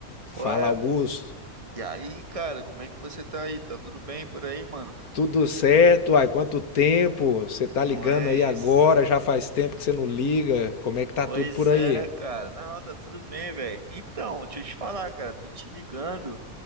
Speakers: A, on the left; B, on the right.
A: Fala,
B: Qual é?
A: Augusto.
B: E aí, cara, como é que você tá aí? Tá tudo bem por aí, mano?
A: Tudo certo? Ai, quanto tempo? Você tá
B: Não
A: ligando
B: é
A: aí agora?
B: isso?
A: Já faz tempo que você não liga. Como é que tá
B: Pois
A: tudo por aí?
B: é, cara. Não, tá tudo bem, velho. Então, deixa eu te falar, cara. Tô te ligando